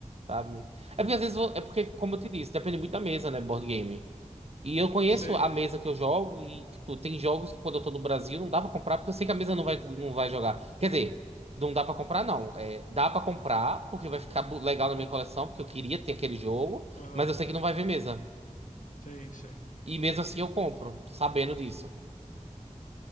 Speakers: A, on the right; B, on the left.
A: sabe? É porque às vezes, eu- é porque, como eu te disse, depende muito da mesa, né, board game. E eu conheço
B: Sim,
A: a mesa que eu jogo e, tipo, tem jogos que quando eu tô no Brasil não dá pra comprar porque eu sei que a mesa não vai, não vai jogar. Quer dizer, não dá pra comprar, não. É, dá pra comprar porque vai ficar bo- legal na minha coleção, porque eu queria ter aquele jogo,
B: aham.
A: mas eu sei que não vai ver mesa.
B: Sim, sim.
A: E mesmo assim eu compro, sabendo disso,